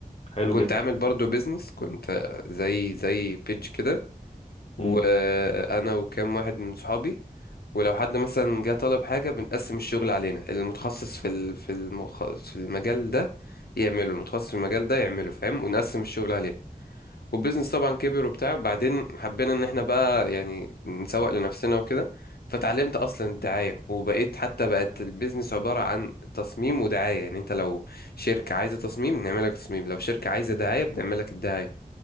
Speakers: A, on the left (about 40°); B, on the left (about 85°).
A: حلو
B: وكنت
A: جدا
B: عامل برضو بيزنس كنت زي زي بيج كده وانا
A: امم
B: وكام واحد من صحابي ولو حد مثلا جه طلب حاجة بنقسم الشغل علينا المتخصص في ال... في المخ... في المجال ده يعمله المتخصص في المجال ده يعمله فاهم ونقسم الشغل علينا والبيزنس طبعا كبر وبتاع بعدين حبينا ان احنا بقى يعني نسوق لنفسنا وكده فتعلمت اصلا الدعاية وبقيت حتى بقت البيزنس عبارة عن تصميم ودعاية يعني انت لو شركة عايزة تصميم نعمل لك تصميم لو شركة عايزة دعاية بنعمل لك الدعاية